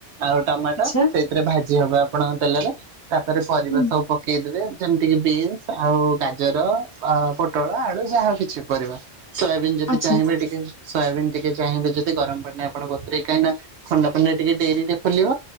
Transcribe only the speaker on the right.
ଆଉ ଟମାଟୋ
ସେଇଥିରେ ଭାଜି ହବ ଆପଣଙ୍କ ତେଲରେ। ତାପରେ ପରିବା
ସବୁ ପକେଇଦେବେ। ଯେମିତିକି ବିନ୍ସ ଆଉ ଗାଜର ପୋଟଳ ଆଳୁ ଯାହା କିଛି ବି ପରିବା। ସୟାବିନ୍ ଯଦି
ଚାହିଁବେ ଟିକେ ସୋୟାବିନ୍ ଟିକେ ଚାହିଁବେ ଯଦି ଗରମ ପାଣିରେ ବତୁରେଇକି କାହିଁକି ନା ଥଣ୍ଡା ପାଣିରେ ଟିକେ ଡେରିରେ ଫୁଲିବ